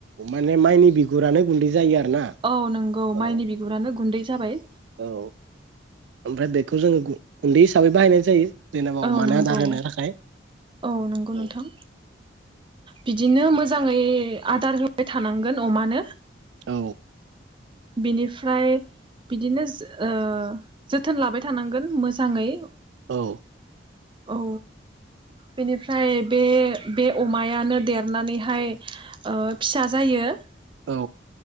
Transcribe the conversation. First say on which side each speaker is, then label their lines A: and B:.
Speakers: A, on the right; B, on the right.
A: माने माइनि बिगुरानो गुन्दै जायो आरो ना
B: औ नंगौ माइनि
A: औ
B: बिगुरानो गुन्दै जाबाय
A: औ ओमफ्राय बेखौ जोङो गुन्दै हिसाबै बाहायनाय जायो जेनेबा
B: औ
A: अमानो
B: नंगौ
A: आदार होनो थाखाय
B: औ नंगौ नोंथां
A: औ
B: बिदिनो मोजांङै आदार होबाय थानांगोन अमानो
A: औ
B: बिनिफ्राय बिदिनो ओ जोथोन लाबाय थानांगोन मोजाङै
A: औ
B: औ बेनिफ्राय बे बे अमायानो देरनानैहाय ओ फिसा जायो
A: औ